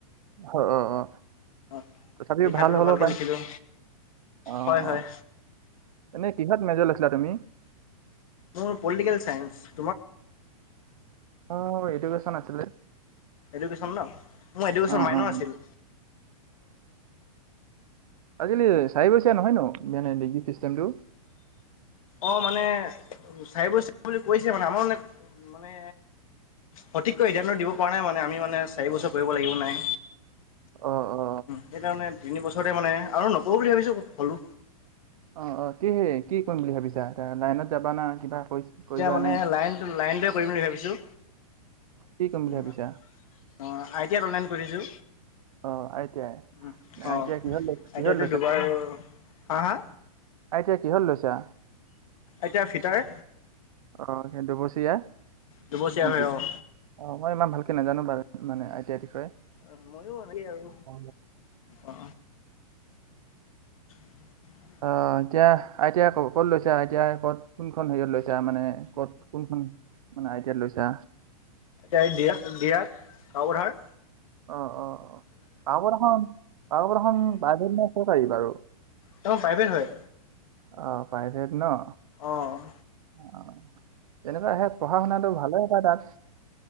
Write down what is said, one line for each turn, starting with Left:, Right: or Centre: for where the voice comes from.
Right: অ অ অ
Left: অঁ
Right: তথাপিও
Left: লিখাটোতো
Right: ভাল হ'লেও
Left: ভালকৈ
Right: পায়
Left: লিখিলোঁ
Right: অ
Left: হয় হয়
Right: অ এনেই কিহত মেজৰ লৈছিলা তুমি।
Left: মোৰ পলিটিকেল চায়ন্ঞ্চ।
Right: অ এডুকেচন আছিলে।
Left: এডকেশ্বন ন মোৰ এডুকেশ্বন
Right: অ',
Left: মাইনৰ
Right: অ',
Left: আছিল।
Right: আজি চাই বৈচিয়া নহয় ন মানে লেগি চিষ্টেমটো
Left: অ মানে চাই ব বুলি কৈছে মানে আমাৰ মানে মানে সঠিককৈ সিদ্ধান্ত দিব পৰা নাই মানে আমি মানে চাৰি বছৰ কৰিব লাগিব নাই
Right: অ অ
Left: সেইকাৰণে তিন বছৰতে মানে আৰু নকৰওঁঁ বুলি ভাবিছোঁ হ'লো
Right: অ অ কি হে কি কৰিম বুলি ভাবিছা এ লাইনত যাবা না কিবা কৰি
Left: এতিয়া
Right: কৰিবা
Left: মানে
Right: নে
Left: লাইন লাইনটোৱে কৰিম বুলি ভাবিছো
Right: কি কৰিম বুলি
Left: অঁ
Right: ভাবিছা
Left: আইটিয়াত অনলাইন কৰি দিছোঁ
Right: অ আই টি আই
Left: উ
Right: আই
Left: অ
Right: টি আই কিহত লৈছা কিহত
Left: এতিয়াতো দুবাৰ হা হা
Right: আইতিয়া কি হলত লৈছা
Left: এতিয়া ফিটাৰ
Right: অ সেই দুবছৰীয়া
Left: দুবছৰীয়া
Right: নেকি
Left: হয় অঁ
Right: অ মই ইমান ভাল নাজানো বাৰুঁ মানে আইটিয়া বিষয়ে
Left: অ ময়ো এনেকেই আৰু
Right: অ
Left: অ <unintelligible>
Right: আহ এতিয়া আইতাই ক'ত লৈছো আইতাই ক'ত কোনখন হেৰিয়ত লৈছো মানে ক'ত কোনখন মানে আইতিয়া লৈছা
Left: এয়া দিৰাক দিৰাক কাপথাৰ
Right: অ অ অ কাকপথাৰ খন কাকপথাৰ খন ৰ্প্ৰা ইভেট নে চৰকাৰী বাৰু
Left: তেওঁ প্ৰাইভেট হয়
Right: অ ৰ্প্ৰাইভেড ন।
Left: অঁ
Right: অ তেনেকুৱা আহে পঢ়া শুনাটো ভালে পায় তাত।